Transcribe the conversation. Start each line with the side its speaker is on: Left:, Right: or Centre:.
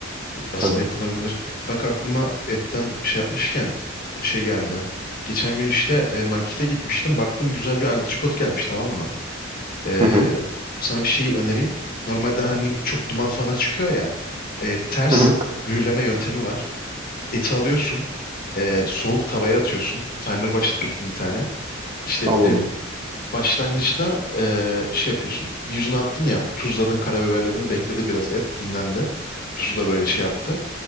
Left: Aslında
Right: Tabii.
Left: yapılabilir. Bak aklıma etten bir şey yapmışken şey geldi. Geçen gün işte e, markete gitmiştim. Baktım güzel bir antrikot gelmiş tamam mı? E,
Right: Hı hı.
Left: sana bir şeyi önereyim. Normalde hani çok duman falan çıkıyor ya. E, ters
Right: Hı hı.
Left: mühürleme yöntemi var. Eti alıyorsun. e, soğuk tavaya atıyorsun. Timer başlatıyorsun bir tane. İşte
Right: Allah'ım.
Left: e, başlangıçta e, şey yapıyorsun. Bir yüzüne attın ya tuzladın, karabiberledin. Bekledi biraz et dinlendi. Tuzu da böyle şey yaptı